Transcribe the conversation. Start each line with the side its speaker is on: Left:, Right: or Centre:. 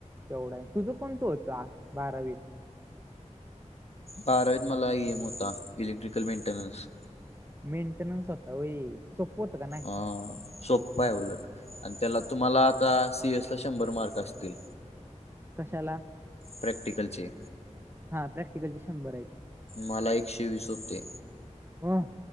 Right: तेवढं आहे, तुझं कोणतं होतं बारावीत?
Left: बारावीत मला ईएम होता, इलेक्ट्रिकल मेंटेनन्स.
Right: मेंटेनन्स होता, होय. सोपं होतं का नाही
Left: अं, सोप्पं आहे उलट आणि त्याला तुम्हाला आता, सीएस तर, शंभर मार्क असतील.
Right: कशाला?
Left: प्रॅक्टिकलचे
Right: हा, प्रॅक्टिकलचे शंभर आहेत.
Left: मला, एकशे-वीस होते.
Right: अं,